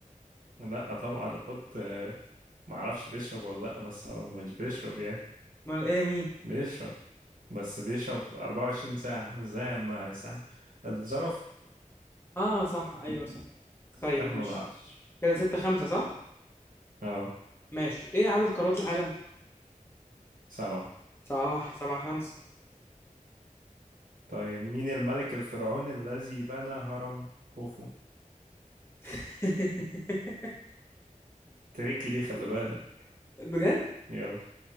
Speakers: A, on the right; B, on the left.
A: لا طبعا الحوت آه، ما اعرفش بيشرب ولا لا بس هو مش بيشرب يعني
B: امال ايه مين
A: بيشرب بس بيشرب 24 ساعة ازاي ما ساعة الزرافة
B: اه صح ايوه صح
A: تستحمل
B: طيب ماشي
A: العطش
B: كده ستة خمسة صح
A: اه
B: ماشي ايه عدد قارات العالم
A: سبعة
B: صح سبعة خمسة
A: طيب مين الملك الفرعوني الذي بنى هرم خوفو
B: <laughs>
A: تريكي دي خلي بالك
B: بجد
A: يلا